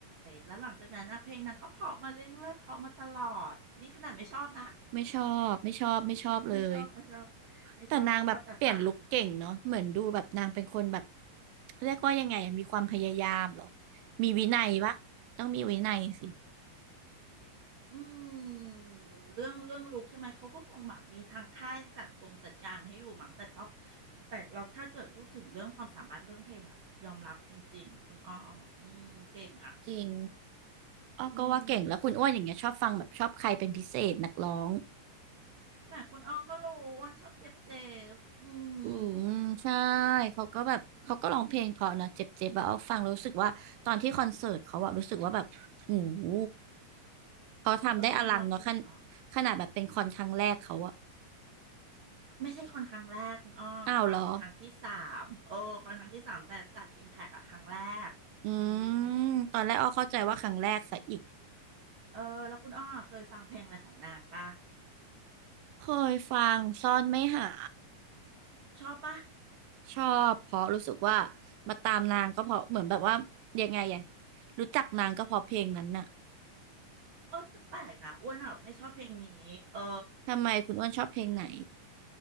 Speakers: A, on the right (about 60°); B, on the right (about 90°).
A: แล้วหลังจากนั้นนะเพลงนางก็เพราะมาเรื่อยๆเพราะมาตลอดนี่ขนาดไม่ชอบนะ
B: ไม่ชอบไม่ชอบไม่ชอบเลย
A: ไม่ชอบไม่ชอบไม่ชอบไม่ชอบแต่ฟัง
B: แต่นางแบบเปลี่ยนลุคเก่งเนาะเหมือนดูแบบนางเป็นคนแบบเรียกว่ายังไงอะมีความพยายามเหรอมีวินัยปะต้องมีวินัยสิ
A: อืมเรื่องเรื่องลูกใช่ไหมเขาก็คงแบบมีทางค่ายจัดกงจัดการให้อยู่มั้งแต่ต้องแต่เราถ้าเกิดพูดถึงเรื่องความสามารถเรื่องเพลงอะยอมรับจริงๆคุณอ้ออืมเก่งอะ
B: จริงอ้อก็ว่าเก่งแล้วคุณอ้วนอย่างเงี้ยชอบฟังแบบชอบใครเป็นพิเศษนักร้อง
A: อืมแหมคุณอ้อก็รู้อ้วนชอบเจ็บเจ็บอืม
B: อืมใช่เขาก็แบบเขาก็ร้องเพลงเพราะนะเจ็บๆแบบเอาฟังแล้วรู้สึกว่าตอนที่คอนเสิร์ตเขาอะรู้สึกว่าแบบโอ้โห เขาทำได้อลังเนาะขน
A: เออนางร้องเพลงเพราะ
B: ขนาดแบบเป็นคอนครั้งแรกเขาอะ
A: ไม่ใช่คอนครั้งแรกคุณอ้อคอนครั้งที่สามโอ้คอนครั้งที่สามแต่จัดอิมแพกอะครั้งแรกอืม
B: อ้าวเหรออืมตอนแรกอ้อเข้าใจว่าครั้งแรกซะอีก
A: เออแล้วคุณอ้อเคยฟังเพลงอะไรของนางปะ
B: เคยฟังซ่อนไม่หา
A: ชอบปะ
B: ชอบเพราะรู้สึกว่ามาตามนางก็เพราะเหมือนแบบว่ายังไงอะรู้จักนางก็เพราะเพลงนั้นน่ะ
A: เออแต่แปลกนะอ้วนแบบไม่ชอบเพลงนี้เออ
B: ทำไมคุณอ้วนชอบเพลงไหน